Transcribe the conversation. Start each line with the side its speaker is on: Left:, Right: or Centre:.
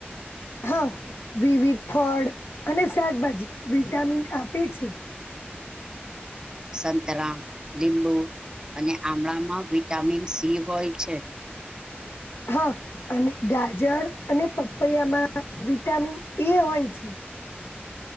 Left: હા વિવટ ફળ અને શાકભાજી વિટામિન આપે છે
Right: સંતરા લીંબુ અને આમળામાં વિટામિન સી હોય છે
Left: હા અને ગાજર અને પપૈયામાં વિટામિન એ હોય છે